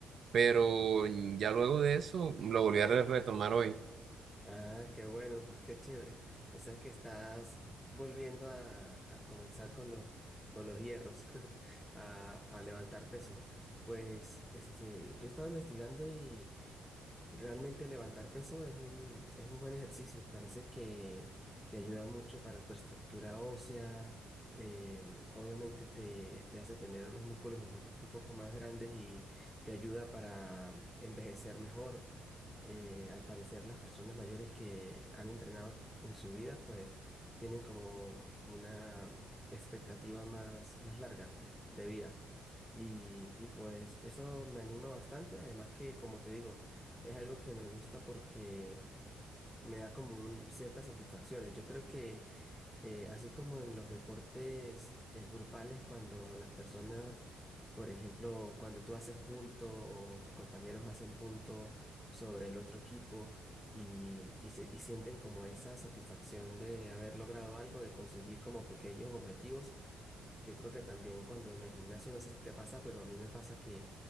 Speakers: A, on the right (about 55°); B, in the centre.
A: Pero mm, ya luego de eso lo volví a re- retomar hoy.
B: Ah, qué bueno, <laughs> qué chévere. O sea que estás volviendo a, a comenzar con los, con los hierros, <laughs> a, a levantar peso. Pues este, yo estaba investigando y realmente levantar peso es un, es un buen ejercicio. Parece que te ayuda mucho para tu estructura ósea. eh, obviamente te, te hace tener los músculos un poco, un poco más grandes y te ayuda para envejecer mejor eh, al parecer las personas mayores que han entrenado en su vida, pues tienen como una expectativa más, más larga de vida. Y, y pues eso me anima bastante, además que como te digo, es algo que me gusta porque me da como un, ciertas satisfacciones. Yo creo que eh, así como en los deportes eh, grupales, cuando las personas, por ejemplo, cuando tú haces punto o tus compañeros hacen punto sobre el otro equipo y, y, se- y sienten como esa satisfacción de haber logrado algo, de conseguir como pequeños objetivos. Yo creo que también cuando en el gimnasio, no sé si te pasa, pero a mí me pasa que,